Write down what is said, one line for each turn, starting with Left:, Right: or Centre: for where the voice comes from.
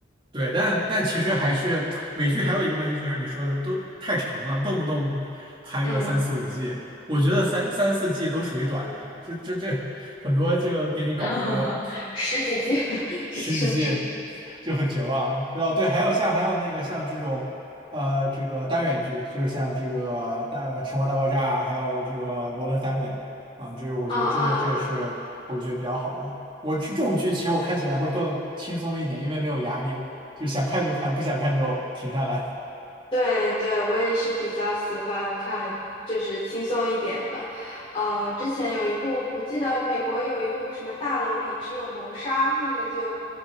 Right: 对，但但其实还是美剧还有一个问题，就是你说的都太长了，动不动拍个三四五季，
Left: 嗯，
Right: 我觉得三三四季都属于短的，这这这很多这个给你搞个
Left: <laughs> 十几季 <laughs> 是甚至，
Right: 十几 G 就很绝望。然后对，还有像还有那个像这种呃这个单元剧，就是像这个大《生活大爆炸》啊，还有这个《Modern Family》啊，这个我觉得这这也是我觉得比较好的。
Left: 啊啊，
Right: 我这种剧其实我看起来会更轻松一点，因为没有压力，就想看就看，不想看就停下来。
Left: 对对，我也是比较喜欢看，就是轻松一点的。呃，之前有一部，我记得美国有一部什么《大楼里只有谋杀》，那个就，